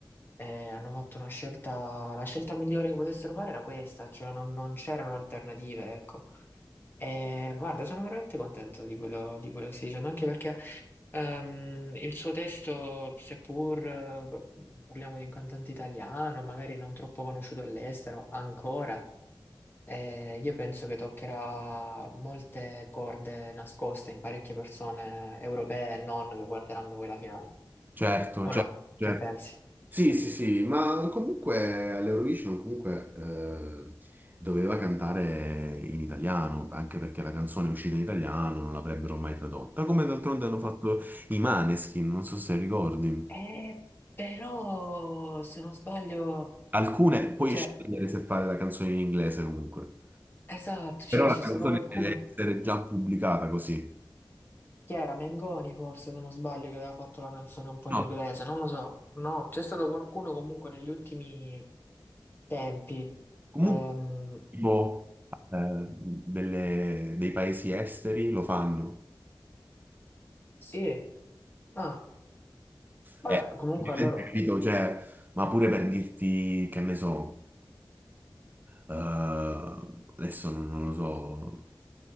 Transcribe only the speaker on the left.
eh, hanno fatto una scelta, la scelta migliore che potessero fare era questa, cioè non, non c'erano alternative, ecco. E guarda, sono veramente contento di quello, di quello che stai dicendo, anche perché ehm, il suo testo, seppur eh, parliamo di un cantante italiano, magari non troppo conosciuto all'estero ancora, eh, io penso che toccherà molte corde nascoste in parecchie persone europee e non che guarderanno poi la finale.
O
no?
Che pensi?
Eh, però, se non sbaglio,
cioè,
esatto, cioè,
c'è
stato qualcuno,
chi era? Mengoni forse, se non sbaglio, che aveva fatto la canzone un po'
in inglese, non lo so. No, c'è stato qualcuno comunque negli ultimi tempi.
Ehm,
sì, ah, vabbè,
comunque allora,